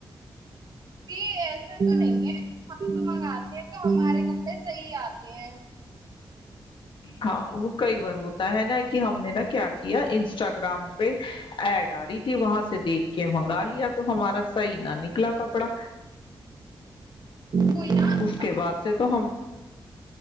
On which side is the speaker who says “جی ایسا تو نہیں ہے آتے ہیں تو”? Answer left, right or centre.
Right